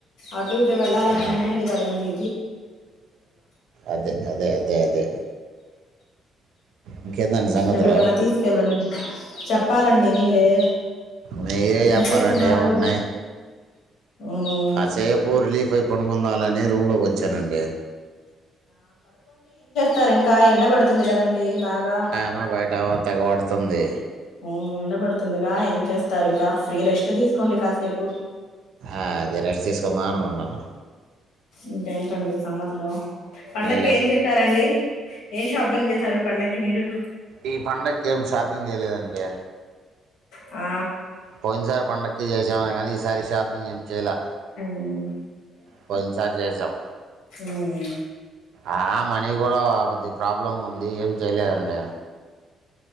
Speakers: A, on the left (about 90°); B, on the right (about 75°).
A: అటు ఇటు వెళ్ళాలని
B: ఆ,
A: ఉంటుంది కదా అండి
B: అదే అదే అదే అదే ఇంకేందండి సంగతులు
A: ఎక్కడికన్నా తీసుకెళ్ళండి చెప్పాలండి మీరే
B: మీరే చెప్పాలండి
A: ఏం చేస్తున్నారు
B: ఏమున్నాయి
A: ఉమ్.
B: కాసేపు రిలీఫ్ అయి పనుకుందామని రూమ్ లోకి వచ్చానండి
A: సరే ఇంకా ఎండ పడుతుంది కదండీ బాగా
B: <unintelligible> తెగబడుతుంది
A: ఉమ్ ఎండ బడుతుందిగా ఏం చేస్తారు ఇంకా ఫ్రీ రెస్ట్ తీసుకోండి కాసేపు
B: అదె రెస్ట్ తీసుకోమ్మా అనుకుంటున్నా
A: ఇంకేంటండి సంగత్ హలో పండక్కి
B: లేవు
A: ఏం చేశారండి ఏం షాపింగ్ చేశారు పండక్కి మీరు
B: ఈ పండక్కి <unintelligible> చేయలేదండి
A: ఆ
B: పోయిన సరి పండగక్కి చేసామొ గానీ ఈసారి షాపింగ్ ఏం చేయలా.
A: ఉమ్
B: పోయిన్ సారి చేసాం.
A: హుమ్మ్
B: ఆ మనీ కూడా కొద్ది ప్రాబ్లం ఉంది ఏం చేయలేదండి.